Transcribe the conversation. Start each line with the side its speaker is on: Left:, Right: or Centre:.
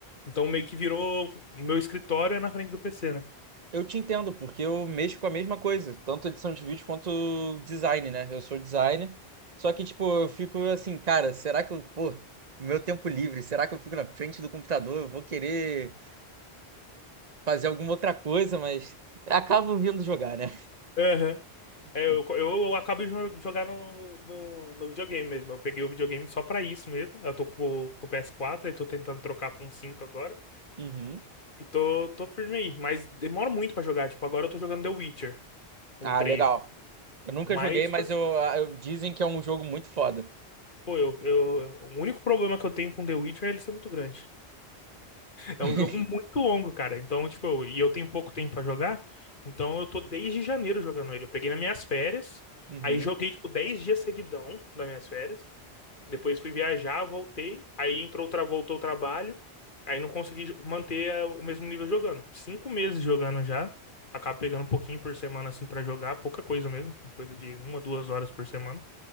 Left: Então meio que virou, o meu escritório é na frente do PC, né?
Right: Eu te entendo, porque eu mexo com a mesma coisa, tanto edição de vídeo quanto design, né? Eu sou designer, só que, tipo, eu fico assim, cara, será que eu, pô, no meu tempo livre, será que eu fico na frente do computador? Eu vou querer fazer alguma outra coisa, mas acabo vindo jogar, né?
Left: Aham.
Right: <laughs>
Left: É, eu, eu, eu acabo de jo- jogar no, no, no videogame mesmo. Eu peguei o videogame só pra isso mesmo. Eu tô com, o com o ps quatro e tô tentando trocar pra um 5 agora.
Right: Uhum.
Left: E tô, tô firme aí, mas demora muito pra jogar. Tipo, agora eu tô jogando The Witcher, o
Right: Ah,
Left: 3,
Right: legal. Eu nunca
Left: Mas,
Right: joguei, mas
Left: tipo assim,
Right: eu, eu- dizem que é um jogo muito foda.
Left: pô, eu, eu, o único problema que eu tenho com The Witcher é ele ser muito grande.
Right: <laughs>
Left: É um jogo muito longo, cara. Então, tipo, eu- e eu tenho pouco tempo pra jogar, então eu tô desde janeiro jogando ele. Eu peguei nas minhas férias,
Right: Uhum.
Left: aí joguei, tipo, 10 dias seguidão nas minhas férias. Depois fui viajar, voltei. Aí entrou, tra- voltou o trabalho. Aí não consegui jo- manter eh, o mesmo nível jogando. Cinco meses jogando já. Acabo pegando um pouquinho por semana assim pra jogar, pouca coisa mesmo, coisa de uma, duas horas por semana.